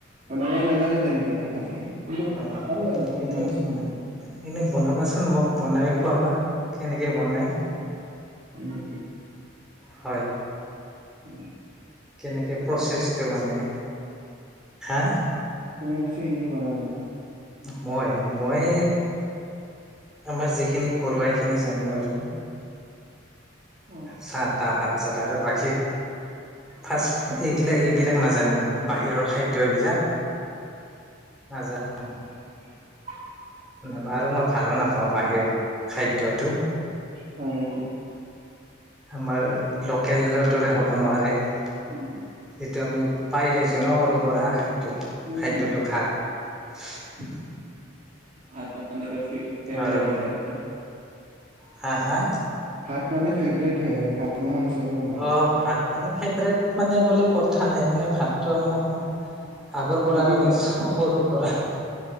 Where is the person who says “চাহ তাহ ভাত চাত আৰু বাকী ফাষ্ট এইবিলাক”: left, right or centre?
Centre